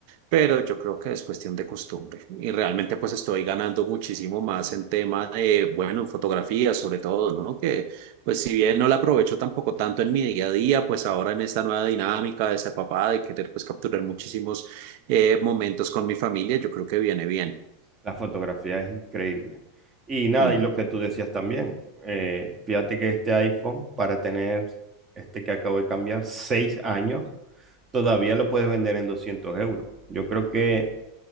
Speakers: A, on the right; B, on the right.
A: pero yo creo que es cuestión de costumbre y realmente pues estoy ganando muchísimo más en tema de, bueno, en fotografía sobre todo, ¿no? Que pues si bien no la aprovecho tampoco tanto en mi día a día, pues ahora en esta nueva dinámica de ser papá, de querer pues capturar muchísimos eh, momentos con mi familia, yo creo que viene bien.
B: La fotografía es increíble. Y nada,
A: Mm,
B: y lo que tú decías también, eh, fíjate que este iPhone, para tener este que acabo de cambiar, seis años, todavía lo puedes vender en 200 euros. Yo creo que